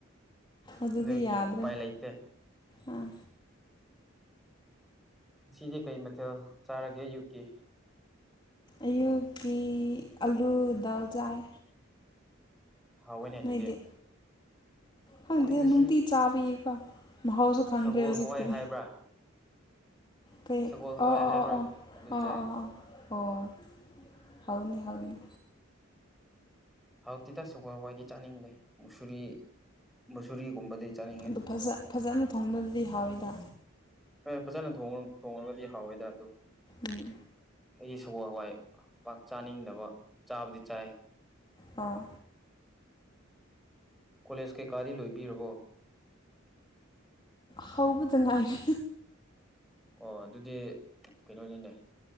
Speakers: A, on the left; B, in the centre.
A: ꯑꯗꯨꯗꯤ
B: ꯑꯗꯨꯒꯤ
A: ꯌꯥꯗ꯭ꯔꯦ
B: ꯎꯄꯥꯏ ꯂꯩꯇꯦ
A: ꯑꯥ
B: ꯁꯤꯗꯤ ꯀꯩ ꯃꯊꯦꯜ ꯆꯥꯔꯒꯦ ꯑꯌꯨꯛꯀꯤ
A: ꯑꯌꯨꯀꯤ ꯑꯂꯨ ꯗꯜ ꯆꯥꯏ
B: ꯍꯥꯎꯋꯦꯅꯦ ꯑꯗꯨꯗꯤ
A: ꯅꯣꯏꯗꯤ
B: ꯑꯩꯈꯣꯏ
A: ꯍꯪꯗ
B: ꯉꯁꯤ
A: ꯅꯨꯡꯇꯤ ꯆꯥꯕꯌꯦꯀꯣ ꯃꯍꯥꯎꯁꯨ ꯈꯪꯗ꯭ꯔꯦ
B: ꯁꯒꯣꯜ
A: ꯍꯧꯖꯤꯛꯇꯤ
B: ꯍꯋꯥꯏ ꯍꯥꯏꯕ꯭ꯔꯥ
A: ꯀꯩ
B: ꯁꯒꯣꯜ ꯍꯋꯥꯏ
A: ꯑꯣ ꯑꯣ
B: ꯍꯥꯏꯕ꯭ꯔꯥ
A: ꯑꯣ
B: ꯑꯗꯨ
A: ꯑꯣ
B: ꯆꯥꯏ
A: ꯑꯣ ꯑꯣ ꯑꯣ ꯑꯣ ꯍꯥꯎꯅꯤ ꯍꯥꯎꯅꯤ
B: ꯍꯋꯥꯏꯇꯦꯗ ꯇꯒꯣꯜ ꯍꯋꯥꯏꯗꯤ ꯆꯥꯅꯤꯡꯗꯦ ꯃꯨꯁꯔꯤ ꯃꯨꯁꯨꯔꯤꯒꯨꯝꯕꯗꯤ ꯆꯥꯅꯤꯡꯉꯦ
A: ꯑꯗꯨ ꯐꯖ ꯐꯖꯅ ꯊꯣꯡꯕꯗꯨꯗꯤ ꯍꯥꯎꯋꯤꯗ
B: ꯑꯣ ꯐꯖꯅ ꯊꯣꯡꯉꯒꯗꯤ ꯍꯥꯎꯋꯦꯗ ꯑꯗꯨꯕꯨ
A: ꯎꯝ
B: ꯑꯩꯗ ꯁꯒꯣ ꯍꯋꯥꯏ ꯄꯥꯛ ꯆꯥꯅꯤꯡꯗꯕ ꯆꯥꯕꯨꯗꯤ ꯆꯥꯏ
A: ꯑꯥ
B: ꯀꯣꯂꯦꯖ ꯀꯩꯀꯥꯗꯤ ꯂꯣꯏꯕꯤꯔꯕꯣ
A: ꯍꯧꯕꯗ ꯉꯥꯏꯔꯤ
B: ꯑꯣ ꯑꯗꯨꯗꯤ ꯀꯩꯅꯣꯅꯤꯅꯦ